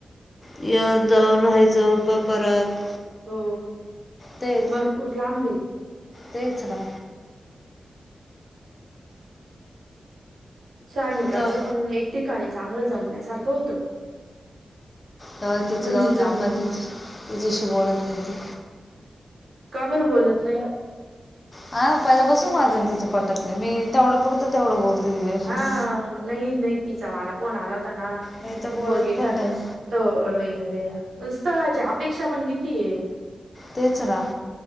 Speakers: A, on the left; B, on the right.
A: येऊन जाऊन राहायचं मग परत
B: हो,
A: ते
B: भरपूर लांबए
A: तेच ना.
B: सानिकाचं
A: जाऊ
B: पण एक ठिकाणी चांगलं जमण्यासारखं होतं.
A: तेव्हा तिचं
B: म्हणजे
A: जाऊदे
B: जमलंच
A: आपण तिचे तिच्याशी बोलत नाही त
B: का बरं बोलत नाही?
A: हा पहिल्या पाासून माझं अन तिच पटत नाही, मी तेवढ्या पुरतं तेवढं बोलते तिच्याशी.
B: हा नाही नाही तिचा मला फोन आला होता ना,
A: नाही तर बोलत
B: बघ एखादं
A: पण नाही
B: स्थळ वगैरे. पण स्थळाची अपेक्षा पण किती आहे.
A: तेच ना